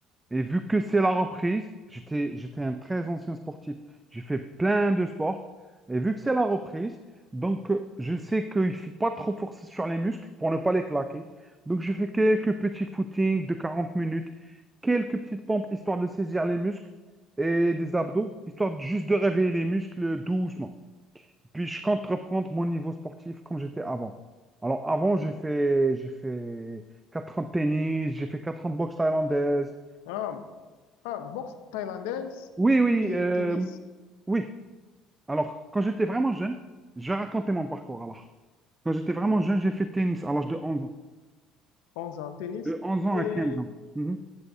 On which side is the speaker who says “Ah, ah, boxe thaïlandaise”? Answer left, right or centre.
Left